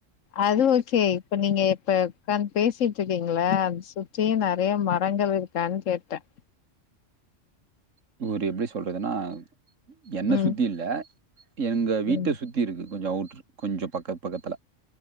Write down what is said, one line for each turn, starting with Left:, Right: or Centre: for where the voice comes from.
Left: அது ஓகே இப்ப நீங்க இப்ப ஒக்காந்து பேசிட்டு இருக்கீங்களா அத சுற்றியு நெறைய மரங்க இருக்கான்னு கேட்டேன்
Right: <unintelligible> எப்டி சொல்றதுன்னா என்ன
Left: ம்
Right: சுத்தி இல்ல எங்க வீட்ட
Left: ம்
Right: சுத்தி இருக்கு கொஞ்சோ அவுட்ரு கொஞ்சோ பக்கத்து பக்கத்தில